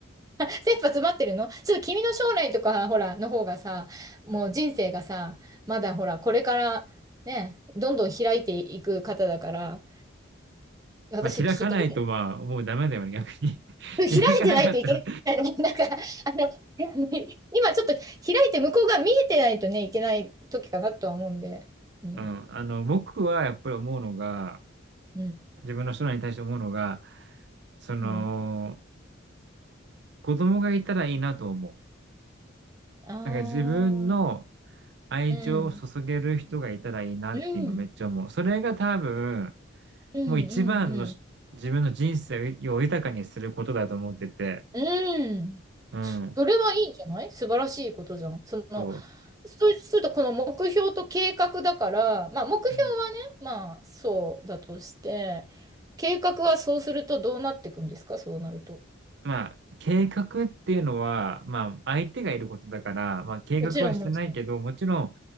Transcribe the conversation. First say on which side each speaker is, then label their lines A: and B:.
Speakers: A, on the right; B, on the right.
A: あ切羽詰まってるのちょっと君の将来とか、ほら、の方がさ、もう人生がさ、まだほら、これからね、どんどん開いていく方だから、私聞きたいけど、
B: まあ、開かないとはもうダメだよね、逆に。
A: 開いてないといけないの。
B: <laughs> 開かなかったら
A: なんか、あの、<laughs> 今ちょっと開いて向こうが見えてないとね、いけない時かなとは思うんで。うん。
B: うん、あの、僕はやっぱり思うのが、
A: うん。
B: 自分の将来に対して思うのが、その、
A: うん。
B: 子供がいたらいいなと思
A: あ
B: う。なんか自分の
A: あー、
B: 愛情を注げる人がいたらいいなって今めっちゃ思う。
A: うん。うん。
B: それが多分、
A: うん。
B: もう一番のし自分の人生を豊かにすることだと思ってて、
A: うん。うん。うん。
B: うん、
A: それはいいんじゃない素晴らしいことじゃん。その、
B: そう。
A: そうすると、この目標と計画だから、まあ、目標はね、
B: うん
A: まあ、そうだとして、計画はそうするとどうなっていくんですかそうなると。
B: まあ、計画っていうのは、まあ、相手がいることだから、まあ、計画はしてないけど、
A: もちろん、もちろん。
B: もちろん